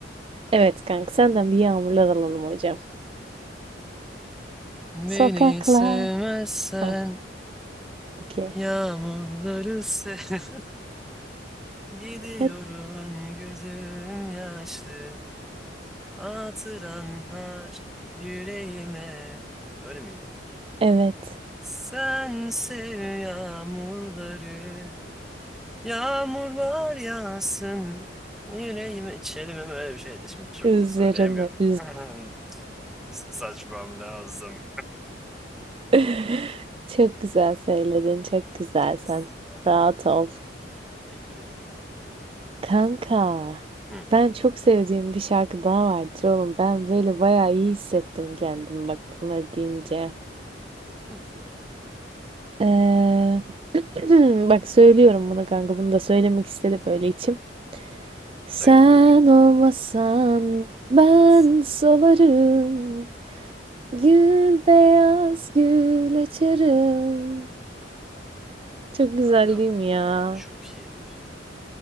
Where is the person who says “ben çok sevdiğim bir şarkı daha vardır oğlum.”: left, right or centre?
Right